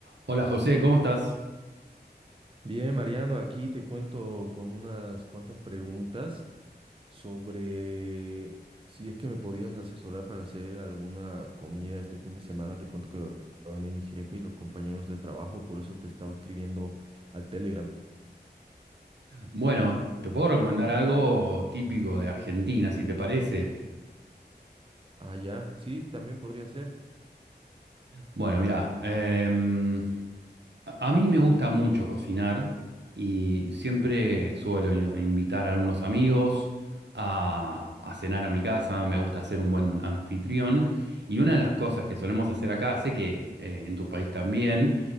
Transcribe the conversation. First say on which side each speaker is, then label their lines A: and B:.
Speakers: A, on the right; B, on the right.
A: Hola José, ¿cómo estás?
B: Bien, Mariano, aquí te cuento con unas cuantas preguntas sobre si es que me podías asesorar para hacer alguna comida este fin de semana. Te cuento que va va a venir mi jefe y los compañeros de trabajo, por eso te estaba escribiendo al Telegram.
A: Bueno, te puedo recomendar algo típico de Argentina, si te parece.
B: Ah, ya, sí, también podría ser.
A: Bueno, mira, em, a a mí me gusta mucho cocinar y siempre suelo in- invitar a algunos amigos a, a cenar a mi casa, me gusta ser un buen anfitrión y una de las cosas que solemos hacer acá, sé que eh, en tu país también,